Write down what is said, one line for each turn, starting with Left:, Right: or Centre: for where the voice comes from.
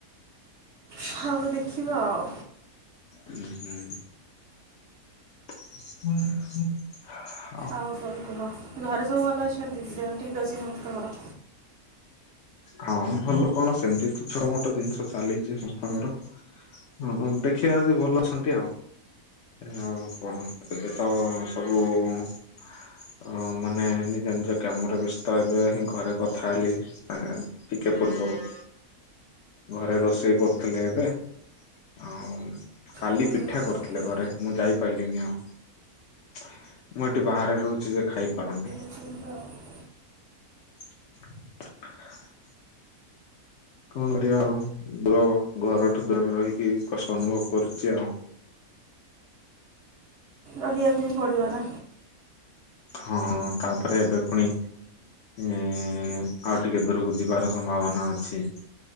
Right: ହଉ ଦେଖିବା ଆଉ।
Left: ହୁଁ ହୁଁ। ହୁଁ ହୁଁ।
Right: ଆଉ କଣ କୁହ? ଘରେ ସବୁ ଭଲ ଅଛନ୍ତି। ଦେହ ଠିକ୍ ଅଛି ସମସ୍ତଙ୍କର।
Left: ହଁ ଭଲ କଣ ସେମିତି ତ ଛୋଟ ମୋଟ ଜିନିଷ ଚାଲିଚି ସମସ୍ତଙ୍କର। ହ ହିଁ ଦେଖିବା ଯଦି ଭଲ ଅଛନ୍ତି ଆଉ। ଆଉ କଣ ଏବେ ତ ସବୁ ଅ ମାନେ ନିଜ ନିଜ କାମରେ ବ୍ୟସ୍ତ। ତ ଏବେ ହିଁ ଘରେ କଥା ହେଲି, ଆ ଟିକେ ପୂର୍ବରୁ। ଘରେ ରୋଷେଇ କରୁଥିଲେ ଏବେ। ଆଉ କାଲି
Right: କ'ଣ
Left: ପିଠା
Right: ରୋଷେଇ
Left: କରି
Right: କରିଥିଲେ
Left: ଥିଲେ ଘରେ। ମୁଁ ଯାଇପାରିଲିନି ଆଉ। ମୁଁ ଏଠି ବାହାରେ ରହୁଚି ଯେ ଖାଇପାରୁନି।
Right: ଅସୁଗ।
Left: <unintelligible> କଣ କରିବା ଆଉ। ଦୁର ଘରଠୁ ଦୁରରେ ରହିକି କଷ୍ଟ ଅନୁଭବ କରୁଚି ଆଉ।
Right: ରହିବାକୁ ହିଁ ପଡିବ ନା।
Left: ହଁ ତାପରେ ଏବେ ପୁଣି ଏଁ ଆଉ ଟିକେ ଦୁରକୁ ଯିବାର ସମ୍ଭାବନା ଅଛି।